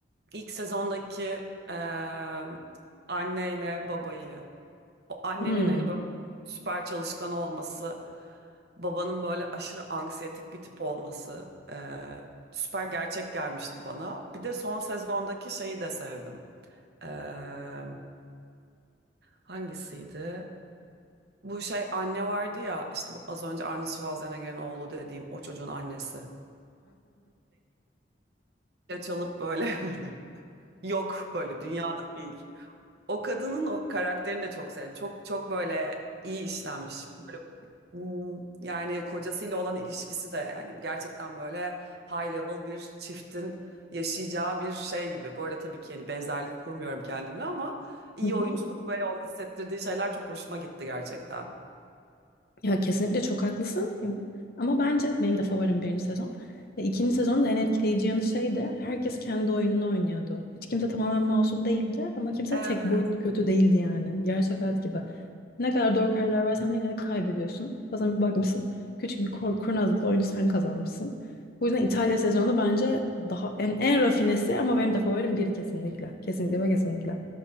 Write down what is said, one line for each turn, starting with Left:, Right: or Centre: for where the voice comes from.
Right: İlk sezondaki eee anneyle babayı. O annenin
Left: Hmm.
Right: hani böyle süper çalışkan olması, babanın böyle aşırı anksiyetik bir tip olması eee, süper gerçek gelmişti bana. Bir de son sezondaki şeyi de sevdim. Eee, hangisiydi? Bu şey anne vardı ya işte bu az önce Arnold Schwarzenegger'in oğlu dediğim o çocuğun annesi. Çalıp böyle <laughs> hani yok böyle dünyada değil. O kadının o karakterini de çok sevdim. Çok çok böyle iyi işlenmiş. Böyle hmm, yani kocasıyla olan ilişkisi de yani gerçekten böyle high level bir çiftin yaşayacağı bir şey gibi. Bu arada tabii ki yani benzerlik kurmuyorum kendimle ama iyi
Left: <laughs>
Right: oyunculuk ve o hissettirdiği şeyler çok hoşuma gitti gerçekten.
Left: Ya kesinlikle çok haklısın. Ya- bu- Ama bence benim de favorim birinci sezon. E, İkinci sezonun da en etkileyici yanı şeydi. Herkes kendi oyununu oynuyordu. Hiç kimse tamamen masum değildi ama kimse
Right: Evet.
Left: tek boyutlu kötü değildi yani. Gerçek hayat gibi. Ne kadar doğru kararlar versen de yine de kaybediyorsun. Bazen bir bakmışsın küçük bir kor- kurnazlıkla oyunu sen kazanmışsın. Bu yüzden İtalya sezonu bence daha en, en rafinesi ama benim de favorim bir kesinlikle. Kesinlikle ve kesinlikle.